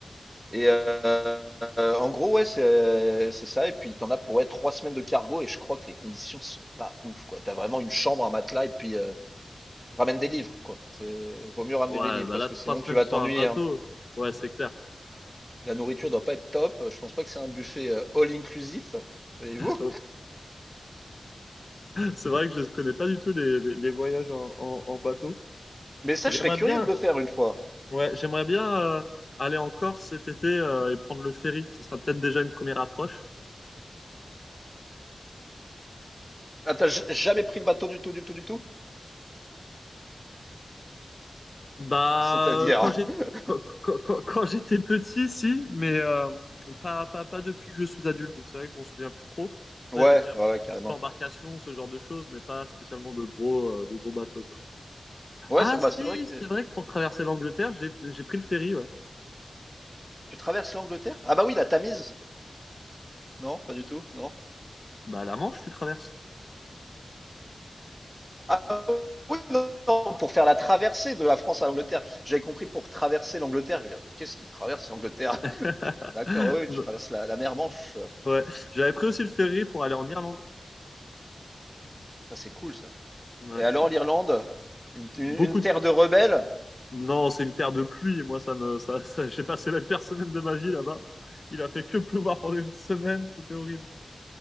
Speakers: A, in the centre; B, on the left (about 50°).
A: Et euh, euh, en gros, ouais, c'est c'est ça. Et puis, t'en as pour ouais, trois semaines de cargo. Et je crois que les conditions sont pas ouf, quoi. T'as vraiment une chambre, un matelas, et puis euh, ramène des livres, quoi. C'est, vaut mieux ramener
B: Ouais,
A: des livres
B: bah
A: parce
B: là,
A: que
B: trois
A: sinon,
B: semaines
A: tu vas
B: sur
A: t'ennuyer.
B: un bateau.
A: hein.
B: Ouais, c'est clair.
A: La nourriture doit pas être top. Je pense pas que c'est un buffet euh, all inclusif, voyez-vous.
B: Oh, C'est vrai que je ne connais pas du tout les, les- les voyages en, en- en bateau.
A: Mais ça,
B: J'aimerais
A: je serais curieux
B: bien,
A: de le faire une fois.
B: ouais, j'aimerais bien euh, aller en Corse cet été euh, et prendre le ferry. Ce sera peut-être déjà une première approche.
A: Ah, t'as j- jamais pris le bateau du tout, du tout, du tout?
B: Bah,
A: C'est-à-dire.
B: quand j'ai-
A: <laughs>
B: quand, quand- quand- quand j'étais petit, si, mais euh, pas, pas, pas depuis que je suis adulte, donc c'est vrai que je m'en souviens plus trop. Après,
A: Ouais,
B: j'ai déjà
A: ouais,
B: fait
A: ouais,
B: des
A: carrément.
B: petites embarcations, ce genre de choses, mais pas spécialement de gros, euh, de gros bateaux, quoi.
A: Ouais,
B: Ah,
A: c'est bah,
B: si,
A: c'est vrai que
B: c'est vrai que pour traverser l'Angleterre, j'ai, j'ai pris le ferry, ouais.
A: tu traverses l'Angleterre? Ah bah oui, la Tamise. Non, pas du tout. Non.
B: Bah, la Manche, tu traverses.
A: Ah oui, non, pour faire la traversée de la France à l'Angleterre. J'avais compris pour traverser l'Angleterre. J'ai dit, Ah, mais qu'est-ce qui traverse l'Angleterre?
B: <laughs>
A: <laughs> D'accord, oui, oui,
B: Non,
A: tu traverses la, la mer Manche.
B: Ouais, j'avais pris aussi le ferry pour aller en Irlande.
A: Ça, c'est cool, ça.
B: Ouais,
A: Et alors,
B: c'est top.
A: l'Irlande, une, une-
B: Beaucoup
A: une terre de rebelles?
B: Non, c'est une terre de pluie. Moi, ça me, ça, ça- j'ai passé la pire semaine de ma vie là-bas. Il a fait que pleuvoir pendant une semaine. C'était horrible.